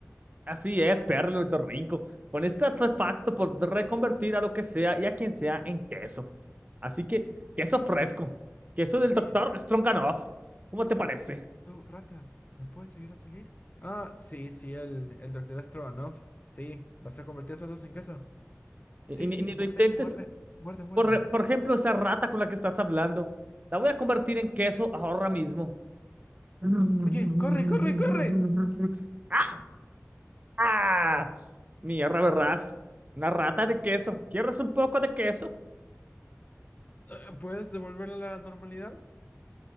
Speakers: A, on the right (about 30°); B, on the left (about 30°).
A: Así es, Perlo y Torrinco. Con este artefacto por reconvertir a lo que sea y a quien sea en queso. Así que, queso fresco. Queso del
B: Oye,
A: doctor Stronganoff. ¿Cómo
B: oye,
A: te parece?
B: tú, rata, ¿me puedes ayudar a salir? Ah, sí, sí, el, el doctor Astrovanov. Sí, vas a convertir esos dos en queso.
A: Y,
B: Sí,
A: y ni
B: sí,
A: ni
B: muerde,
A: lo intentes.
B: muerde, muerde, muerde.
A: Por, re- por ejemplo, esa rata con la que estás hablando. La voy a convertir en queso ahora mismo. <laughs>
B: Oye, corre, corre, corre.
A: ¡Ah! ¡Ah! Mierda, verás. Una rata de queso. ¿Quieres un poco de queso?
B: Eh, ¿Puedes devolverle la normalidad?